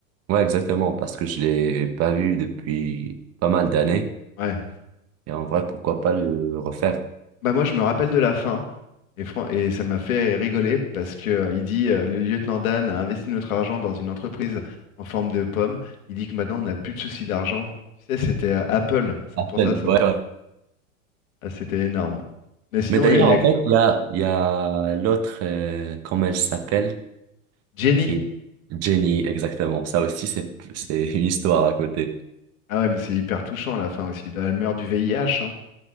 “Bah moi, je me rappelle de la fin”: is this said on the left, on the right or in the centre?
Left